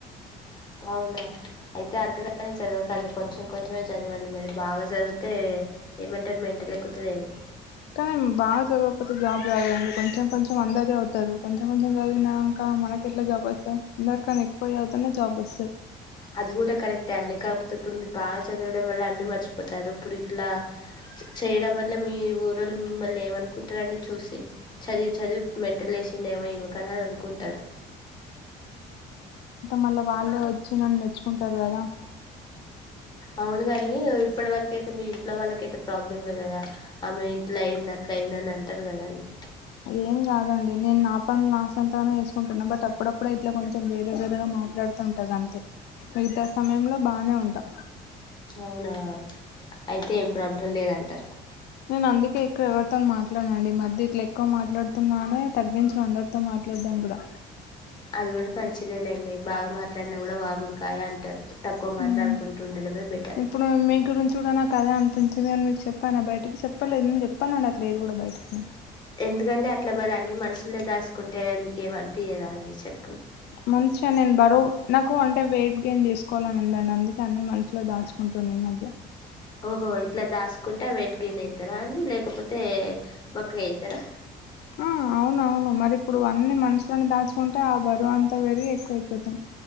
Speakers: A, on the left; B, on the left.
A: అవునా అయితే అంతగా చదవకండి కొంచెం కొంచమే చదవండి మరి బాగా చదివితే ఏమంటారు మెంటల్ ఎక్కుతది ఏమో
B: కానీ బాగా చదవకపోతే జాబ్ రాదు కాదండీ కొంచెం కొంచెం అందరు చదువుతారు కొంచెం కొంచెం చదివినక మనకి ఎట్లా జాబ్ వస్తాయి అందరికనీ ఎక్కువ చదువుతూనే జాబ్ వస్తాయి
A: అది కూడా కరెక్ట్ అండి కాకపోతే ఇప్పుడు మీరు బాగా చదవడం వల్ల అన్ని మర్చిపోతారు ఇప్పుడు ఇట్లా చేయడం వల్ల మీ ఊర్ళ్ళు మిమ్మల్ని ఏమనుకుంటారండి చూసి చదివి చదివి మెంటలేషిండేమొ ఇమకు కద అనుకుంటారు
B: మళ్ళ వాళ్ళే వచ్చి నన్ను మెచ్చుకుంటారు గదా
A: అవును గాని ఇప్పటి వరకు అ మీ ఇంట్లో వాళ్ళకయితే ప్రాబ్లమే కదా ఆమే ఇట్లయింది అట్లయింది అని అ టరు కద అండి
B: ఏం కాదండి నేను నా పని లాస్ అంతాగానే వేసుకుంటున్నా బట్ అప్పుడప్పుడు అయితే ఇట్లా కొంచెం వేరే వేరేగా మాట్లాడుతూంటంది అంతే మిగతా సమయంలో బానే ఉంటా
A: అవునా అయితే ఏం ప్రాబ్లం లేదంటారు
B: నేను అందుకే ఎక్కువ ఎవరితోను మాట్లాడినండి మధ్య ఇట్లే కూవా మాట్లాడుతున్నానే తగ్గించనా అందరితో మాట్లాడం కూడా
A: అది కూడా పంచిదేలేండి బాగా మాట్లాడినా కూడా వాగుడుకాయ అంటారు తక్కువ
B: హమ్
A: మాట్లాడుకుంటూ ఉండడమే బెటర్
B: ఇప్పుడు మీ గురించి కూడా నాకు అదే అనిపించి నేను మీకు చెప్పానా బయ చెప్పలేదు నేన్ చెప్పా లేదు కూడా బయిటికి
A: ఎందుకండి అట్లా మరి అన్ని మనుషుల్లే దాసుకుంటే మీకు ఏమి అనిపియదా అండి చెప్
B: మంచిగా నేను బరువు నాకు అంటే వెయిట్ గెయిన్ చేసుకోవాలని ఉందండి అందు కే అన్ని మనషులో దాచుకుంటున్న ఈ మధ్య
A: ఓహో ఇట్లా దాసుకుంటే వెయిట్ గెయిన్ అవుతారా అండి లేకపోతే బక్కగా అయితారా
B: ఆ అవునవును మరి ఇప్పుడు అన్నీ మనసులోనే దాచుకుంటే ఆ బరువు అంతా పెరిగి ఎక్కువ అయిపోతాం